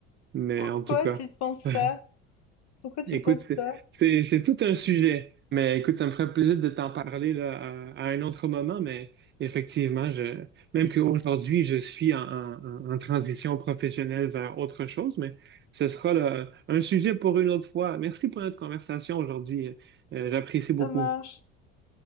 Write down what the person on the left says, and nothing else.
Pourquoi
tu penses ça?
Pourquoi tu
penses
ça?
Ça marche.